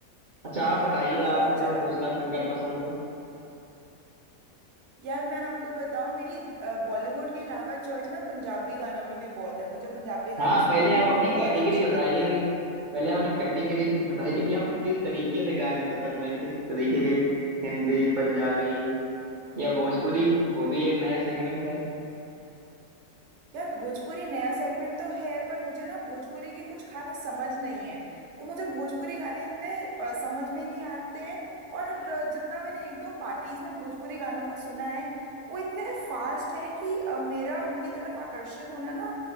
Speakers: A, on the right (about 80°); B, on the right (about 65°).
A: अच्छा
B: हाँ
A: आप बताइए
B: बहुत
A: आपको जो
B: चला
A: दूसरा
B: था ये
A: सिंगर
B: गाना।
A: पसंद हो
B: यार मैं आपको बताऊं मेरी अ, बॉलीवुड के अलावा चॉइस ना पंजाबी गानों में भी बहुत है मुझे पंजाबी
A: हाँ
B: गाने सुनने
A: पहले आप
B: भी
A: अपनी
B: बहुत
A: कैटेगरी
B: अच्छे
A: बताइए
B: लगते हैं
A: कि पहले आप अपनी कैटेगरी बताइए कि आप किस तरीके से गाने पसंद है किस तरीके के हिंदी पंजाबी या भोजपुरी वो भी एक नया सेगमेंट है
B: यार भोजपुरी नया सेगमेंट तो है पर मुझे ना भोजपुरी की कुछ खास समझ नहीं है तो मुझे भोजपुरी गाने इतने अ, समझ में नहीं आते हैं और अ, जितना मैंने एक दो पार्टीज में भोजपुरी गानों को सुना है वो इतने फास्ट हैं कि अ, मेरा उनकी तरफ आकर्षित होना ना